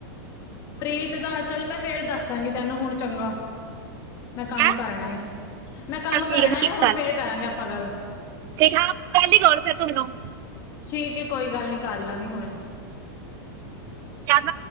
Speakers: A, on the left; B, on the right.
A: ਪ੍ਰੀਤ ਦਾ ਚੱਲ ਮੈਂ ਫੇਰ ਦੱਸਾਂਗੀ ਤੈਨੂੰ ਹੁਣ ਚੰਗਾ। ਮੈਂ ਕੰਮ
B: ਹੈਂ
A: ਕਰਨਾ ਏ ਮੈਂ
B: ਚੱਲ
A: ਕੰਮ
B: ਠੀਕ
A: ਕਰਨਾ
B: ਹੈ ਸਤਿ ਸ਼੍ਰੀ
A: ਏ ਹੁਣ
B: ਅਕਾਲ
A: ਫੇਰ ਕਰਾਂਗੇ ਆਪਾਂ ਗੱਲ।
B: ਠੀਕ ਆ ਕੱਲ ਹੀ ਫੇਰ ਤੂੰ ਮੈਨੂੰ।
A: ਠੀਕ ਕੋਈ ਗੱਲ ਨੀ ਕਰ ਲਾਂਗੇ ਹੁਣ।
B: ਕਦ?